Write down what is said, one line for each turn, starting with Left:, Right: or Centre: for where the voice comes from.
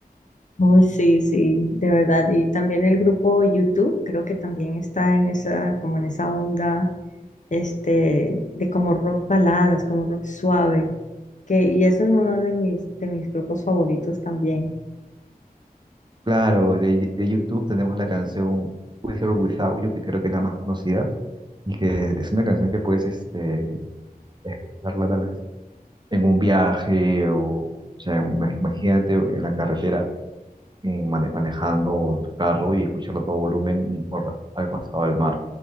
Left: Uy, sí, sí, de verdad. Y también el grupo YouTube, creo que también está en esa, como en esa onda, este, de como rock baladas, como rock suave. Que, y eso es uno de mis, de mis grupos favoritos también.
Right: Claro, de, de YouTube tenemos la canción With or Without You, que creo que es la más conocida y que es una canción que puedes este, escucharla tal vez en un viaje o, o sea, ima- imagínate en la carretera eh, mane- manejando tu carro y escucharlo a todo volumen y por al costado del mar.